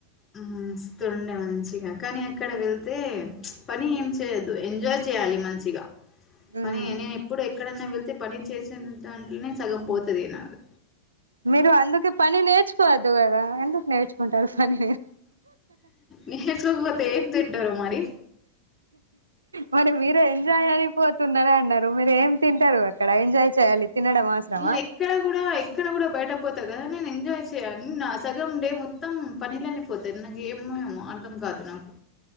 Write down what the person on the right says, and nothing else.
మ్మ్
మీరు అందుకే పని నేర్చుకోవద్దు కదా ఎందుకు నేర్చుకో కుంటారు పని
మరి మీరే ఎంజాయ్ అని పోతున్నార అన్నారు మీరు ఏం తింటారు అక్కడ ఎంజాయ్ చేయాలి తినడం అవసరమా